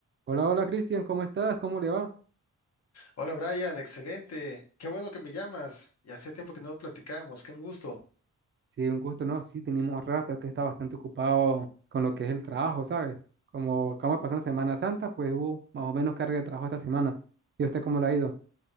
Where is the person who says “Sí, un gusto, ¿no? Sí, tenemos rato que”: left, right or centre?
Right